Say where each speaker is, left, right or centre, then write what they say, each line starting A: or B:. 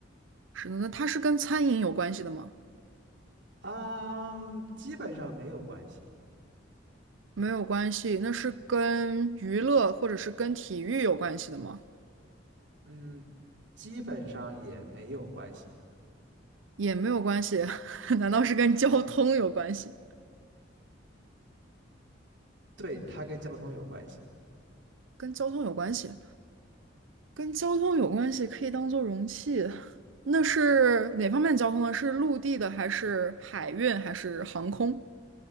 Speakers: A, on the right (about 85°); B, on the right (about 65°).
A: 是的，那它是跟餐饮有关系的吗？
B: 啊，基本上没有关系，
A: 没有关系，那是跟娱乐或者是跟体育有关系的吗？
B: 嗯，基本上也没有关系，
A: 也没有关系，<laughs> 难道是跟交通有关系？
B: 对，它跟交通有关系，
A: 跟交通有关系，跟交通有关系，可以当做容器。那是哪方面交通呢？是陆地的还是海运还是航空？